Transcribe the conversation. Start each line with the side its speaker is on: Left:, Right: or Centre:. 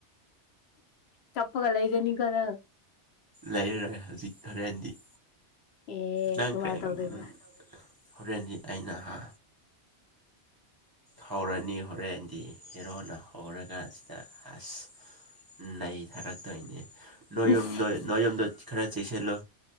Left: ꯆꯞꯄꯒ ꯂꯩꯖꯅꯤꯀꯣ ꯅꯪ
Right: ꯂꯩꯔꯔꯣꯏ ꯍꯧꯖꯤꯛ ꯍꯣꯔꯦꯟꯗꯤ
Left: ꯑꯦ
Right: ꯅꯪ
Left: ꯀꯃꯥꯏ
Right: ꯀꯩ
Left: ꯇꯧꯗꯣꯏꯕ
Right: ꯎꯝ ꯍꯣꯔꯦꯟꯗꯤ ꯑꯩꯅ ꯍꯥ ꯍꯧꯔꯅꯤ ꯍꯣꯔꯦꯟꯗꯤ ꯍꯦꯔꯣꯅ ꯍꯧꯔꯀꯥꯟꯁꯤꯗ ꯑꯁ ꯅꯩꯊꯥꯔꯛꯇꯣꯏꯅꯦ ꯅꯣꯏꯌꯨꯝꯗꯣ
Left: ꯏꯁ
Right: ꯅꯣꯏꯌꯨꯝꯗꯣ ꯈꯔ ꯆꯦꯛꯁꯤꯜꯂꯨ